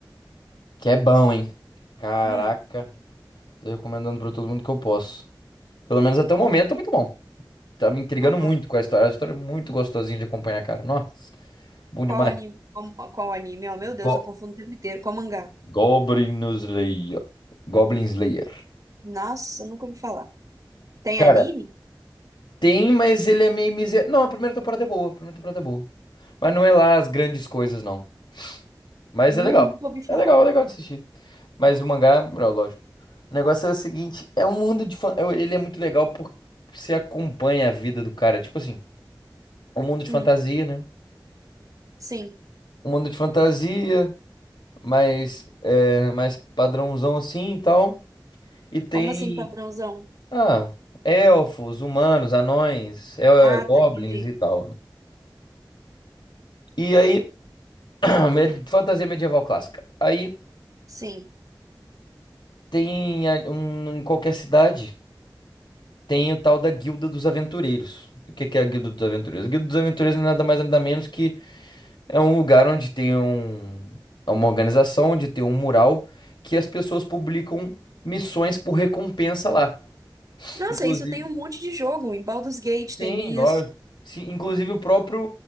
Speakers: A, on the left; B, on the right.
A: que é bom, hein? Caraca,
B: Hum,
A: tô recomendando pra todo mundo que eu posso. Pelo menos até o momento, tá muito bom. Tá me intrigando
B: aham.
A: muito com a história. A história é muito gostosinha de acompanhar, cara. Nossa, bom
B: Qual
A: demais.
B: anime? Qual, qual anime? Oh, meu Deus,
A: Go
B: eu confundo o tempo inteiro. Qual mangá?
A: Goblin Slayer. Goblin Slayer.
B: Nossa, eu nunca ouvi falar. Tem
A: Cara,
B: anime?
A: Tem, mas ele é meio miserável. Não, a primeira temporada é boa, a primeira temporada é boa. Mas não é lá as grandes coisas, não. Mas
B: Nu,
A: é legal.
B: nunca ouvi falar.
A: É legal, é legal de assistir. Mas o mangá, é melhor, lógico. O negócio é o seguinte, é um mundo de... fan- é- Ele é muito legal porque você acompanha a vida do cara. Tipo assim, um mundo de
B: Hum,
A: fantasia, né?
B: sim.
A: Um mundo de fantasia, mais, é, mais padrãozão assim e tal. E tem...
B: Como assim, padrãozão?
A: Ah, elfos, humanos, anões, é,
B: Ah,
A: goblins
B: tá, entendi.
A: e tal. E aí... Med- Fantasia medieval clássica. Aí
B: Sim.
A: tem a- um, em qualquer cidade tem o tal da Guilda dos Aventureiros. O que que é a Guilda dos Aventureiros? A Guilda dos Aventureiros é nada mais nada menos que é um lugar onde tem um, é uma organização, onde tem um mural que as pessoas publicam missões por recompensa lá.
B: Nossa,
A: Inclusive,
B: isso tem um monte de jogo. Em Baldur's Gate
A: sim,
B: tem
A: lógico.
B: isso.
A: Sim, inclusive o próprio,